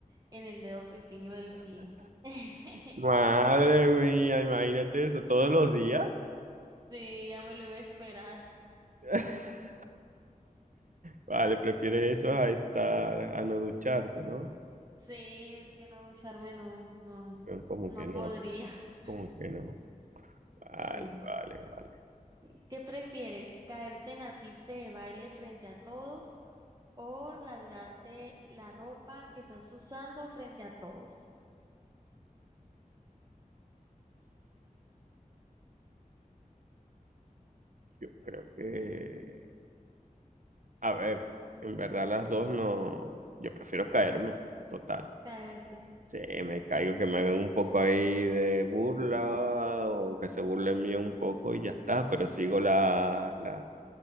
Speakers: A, on the right; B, on the right.
A: en el dedo pequeño del pie. <laughs>
B: Madre mía, imagínate eso, todos los días.
A: Sí, ya me lo iba a esperar.
B: <laughs> Vale, prefieres eso a estar, a no ducharte, ¿no?
A: Sí, es que no ducharme no, no,
B: Como
A: no
B: que no,
A: podría. <laughs>
B: como que no. Vale,
A: Sí.
B: vale, vale.
A: Es que prefieres caerte en la pista de baile frente a todos o rasgarte la ropa que estás usando frente a todos.
B: Yo creo que... A ver, en verdad las dos no. Yo prefiero caerme, total.
A: Caerte.
B: Sí, me caigo, que me hagan un poco ahí de burla o que se burlen mío un poco y ya está, pero sigo la, la,